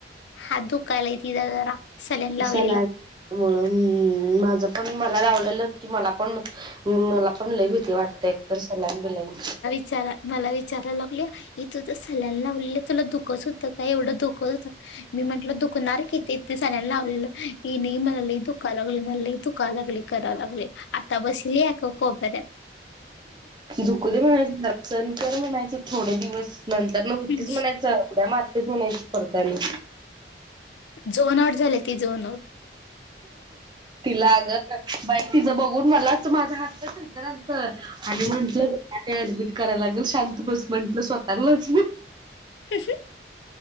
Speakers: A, on the left (about 75°); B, on the right (about 25°).
A: हात दुखालाय तिचा जरा. सल्यान लावलेला
B: सलाइ -मुळे. हं हं. माझं पण मला लावलेलं की मला पण, मला पण लई भीती वाटते. तर सलाइन बिलाइन.
A: <unintelligible> मला विचाराय लागले. इथ तर सलाईन लावलेलं. तुला दुखत होतं का? एवढं दुखच होतं- मी म्हटलं दुखणार कि ते. एक त सलाईन लावलेलं. की नाही मला दुखाय लागल मला दुखाय लागली. कराय लागली. आता बसली एका कोपऱ्यात.
B: दुखू दे म्हणायच. सहन कर म्हणायचं थोडे दिवस. नंतर न होतीच
A: हम्म,
B: म्हणायचं. उड्या मारतेच म्हणायची परत आणि.
A: झोन आउट झाली. ती झोन आउट.
B: तिला अग- बाई तिचं बघून मलाच माझा हात <unintelligible> आणि म्हंटलं- आणि ऍडमिट करायला लागेल. शांत बस म्हंटलं स्वतःलाच मग.
A: <inaudible>